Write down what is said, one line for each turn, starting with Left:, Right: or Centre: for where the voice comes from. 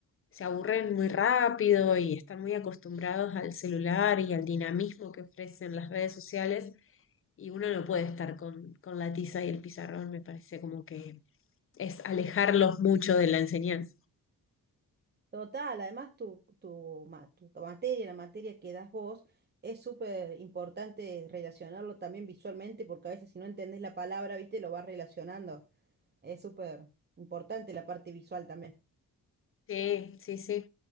Left: se aburren muy rápido y están muy acostumbrados al celular y al dinamismo que ofrecen las redes sociales y uno no puede estar con, con la tiza y el pizarrón, me parece como que es alejarlos mucho de la enseñanza.
Right: Total, además tu, tu, ma- tu materia, la materia que das vos, es súper importante relacionarlo también visualmente, porque a veces si no entendés la palabra, viste, lo vas relacionando. Es súper importante la parte visual también.
Left: Sí, sí, sí.